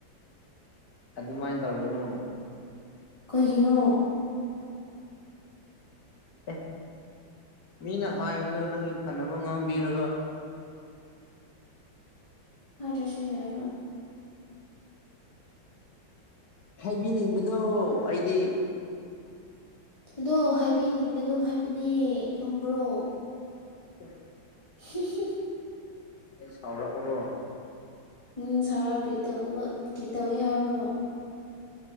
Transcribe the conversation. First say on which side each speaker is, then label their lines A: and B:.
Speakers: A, on the left; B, on the left.
A: ꯑꯗꯨꯃꯥꯏꯅ ꯇꯒꯅꯨ
B: ꯀꯩꯒꯤꯅꯣ
A: ꯑꯦ ꯃꯤꯅ ꯍꯥꯏꯕꯗꯨ ꯅꯪꯒꯤ ꯐꯅꯕ ꯉꯥꯡꯕꯤꯔꯒ
B: ꯍꯥꯏꯗꯁꯨ ꯌꯥꯏꯑꯕ
A: ꯍꯥꯏꯕꯤꯅꯤꯡꯕꯗꯣ ꯑꯩꯗꯤ꯫
B: ꯑꯗꯣ ꯍꯥꯏꯕꯤꯅꯤꯡꯒꯅꯨ ꯍꯥꯏꯕꯅꯦ ꯈꯪꯕ꯭ꯔꯣ꯫
A: <inaudible>
B: <unintelligible>
A: ꯑꯩ ꯁꯥꯎꯔꯛꯎꯔꯣ꯫
B: ꯎꯝ ꯁꯥꯔ ꯀꯔꯤꯇꯧꯕ ꯀꯩ ꯇꯧꯒꯦ ꯍꯥꯏꯕ꯭ꯔꯣ꯫